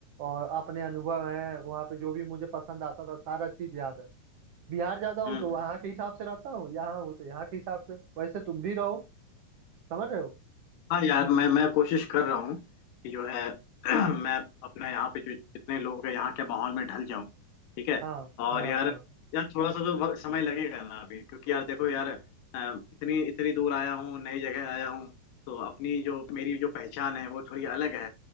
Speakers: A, on the right (about 80°); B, on the left (about 75°).
A: और अपने अनुभव हैं वहाँ पे जो भी मुझे पसंद आता था सारा चीज याद है बिहार जाता हूँ
B: हम्म
A: तो वहाँ
B: हम्म।
A: के हिसाब से रहता हूँ यहाँ हूँ तो यहाँ के हिसाब से वैसे तुम भी रहो समझ रहे हो
B: हाँ यार मैं मैं कोशिश कर रहा हूँ कि जो है <clears throat> मैं अपने यहाँ पे जो जितने लोग हैं यहाँ के माहौल में ढल जाऊँ ठीक है
A: हाँ
B: और
A: हाँ
B: यार
A: हाँ
B: यार थोड़ा सा तो वक्त- समय लगेगा ना अभी क्योंकि यार देखो यार अ, इतनी इतनी दूर आया हूँ नई जगह आया हूँ तो अपनी जो मेरी जो पहचान है वो थोड़ी अलग है